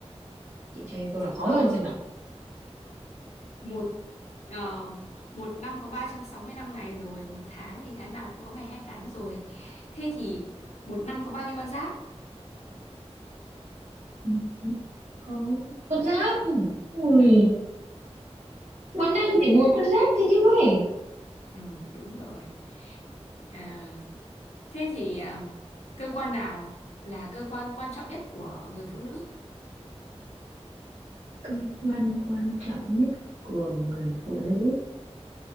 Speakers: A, on the right; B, on the left.
A: Chị cho em câu nào khó
B: Ờ,
A: hơn xem nào.
B: một ờ, một năm có 365 ngày rồi, một tháng thì tháng nào cũng có ngày 28 rồi. Thế thì một năm có bao nhiêu con giáp?
A: Ừ, không có con giáp. Ui. Một năm chỉ một con giáp thôi chứ mấy.
B: Ừ, đúng rồi. À, thế thì ờ, cơ quan nào là cơ quan quan trọng nhất của người phụ nữ?
A: cơ quan quan trọng nhất của người phụ nữ